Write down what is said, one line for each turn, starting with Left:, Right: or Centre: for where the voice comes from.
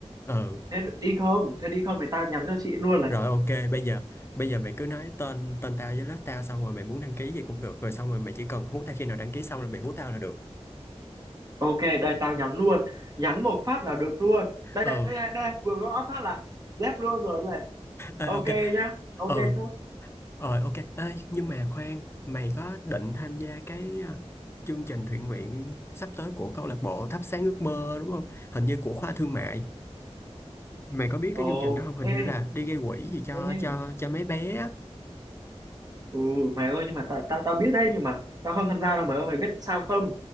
Left: ừ
Right: thế đi không thế đi không thì tao nhắn cho chị luôn là
Left: rồi ok bây giờ bây giờ mày cứ nói tên tên tao với lớp tao xong rồi mày muốn đăng ký gì cũng được rồi xong rồi mày chỉ cần hú tao khi nào đăng ký xong là mày hú tao là được
Right: Ok, đây tao nhắn luôn. Nhắn một phát là được luôn. Đây
Left: ừ
Right: này, đây này, đây này. Vừa gõ phát là dép luôn rồi đây này.
Left: Ê,
Right: Ok
Left: ok
Right: nhá. Ok
Left: ừ
Right: chứ.
Left: rồi ok Ê, nhưng mà khoan mày có định tham gia cái à, chương trình thiện nguyện sắp tới của câu lạc bộ thắp sáng ước mơ đúng không hình như của khoa thương mại mày có biết cái
Right: Ồ,
Left: chương trình đó không hình như
Right: ê,
Left: là đi gây quỹ gì cho
Right: ê.
Left: cho cho mấy bé á
Right: Ừ, mày ơi, nhưng mà tao tao tao biết đấy, nhưng mà tao không tham gia đâu mày ơi, mày biết sao không?